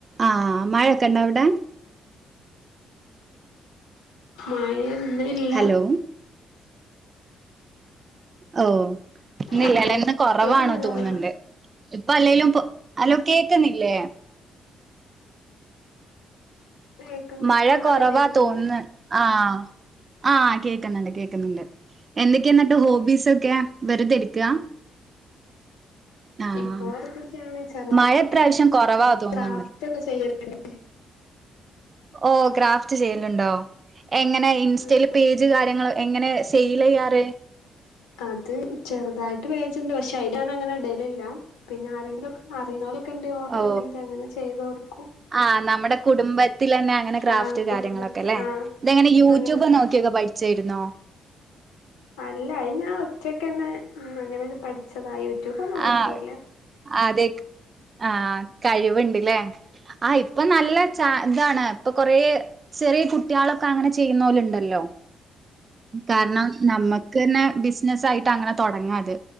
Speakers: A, on the right; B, on the left.
A: ആഹ് മഴൊക്കെ ഇണ്ടോ അവ്ടെ
B: മഴ ഇന്നില്ല
A: ഹലോ ഓഹ് ഇന്നില്ലലേ
B: ഹലോ
A: ഇന്ന് കൊറവാണ്
B: കേക്കുന്നില്ലേ
A: തോന്ന്ണ്ട്
B: പറയുന്നെ
A: ഇപ്പ അല്ലേലും പൊ അലോ കേക്ക്ന്നില്ലേ
B: കേൾക്കണ്ട്
A: മഴ
B: ഞാൻ
A: കൊറവാ
B: പറയുന്ന കേൾക്കില്ലേ
A: തോൻന്ന് ആഹ് ആ കേക്ക്ന്ന്ണ്ട് കേക്ക്ന്ന്ണ്ട് എന്തക്ക്യ ന്നട്ട് ഹോബീസ് തൊക്കെ വെറ്തെ ഇരിക്കാ ആഹ്
B: ഇപ്പൊ വെറുതെരിക്കാണ് ചെറുതായിട്ട്
A: മഴ ഇപ്രാശ്യം കൊറവാ തോന്ന്ണ്ട്
B: ക്രാഫ്റ്റ് ഒക്കെ ചെയ്യലുണ്ട്
A: ഓ ഗ്രാഫ്റ്റ് ചെയ്യല്ണ്ടോ എങ്ങെനെ ഇൻസ്
B: ആഹ്
A: സ്റ്റേല് പേജ് കാര്യങ്ങള് എങ്ങെനെ സെയ്ലെയ്യാറ്
B: അത് ചെറ്തായിട്ട് വേവിച്ചിന്ട് ണ്ട് പഷെ അയിൽ ഞാ അങ്ങനെ ഇടലില്ല പിന്നെ ആരെങ്കിലും അറീയൂണോറും ക്കേണ്ടെ ഓർഡർ
A: ഓ
B: ഇണ്ടെങ്കി അങ്ങനെ ചെയ്തൊട്ക്കും
A: ആഹ് നമ്മടെ കുടുംബത്തിലന്നെ അങ്ങനെ ക്രാഫ്റ്റ്
B: ആഹ് കുടുംബത്ത്
A: കാര്യങ്ങളൊക്കെ ലേ
B: ആഹ്
A: ഇതെങ്ങനെ യൂട്യൂബ്
B: അങ്ങനെ
A: നോക്ക് തൊക്കേ പഠ്ച്ചേര്ന്നോ
B: അല്ല അ യിൻ ഞാൻ ഒറ്റക്കന്നെങ്ങനെ പഠിച്ചതാ യൂട്യൂബൊന്നോക്കീല്ല
A: ആഹ് അതെ ആഹ് കഴിവിണ്ട് ല്ലേ ആഹ് ഇപ്പൊ നല്ലെ ചാതാണ് ഇപ്പൊ കൊറേ ചെറ്യ കുട്ട്യാളൊക്കെ അങ്ങനെ ചെയ്യിന്നോലിണ്ടല്ലോ കാര്ണം നമ്മക്കന്നെ ബിസ്നസ്സായിട്ട് അങ്ങനെ തൊടങ്ങാത്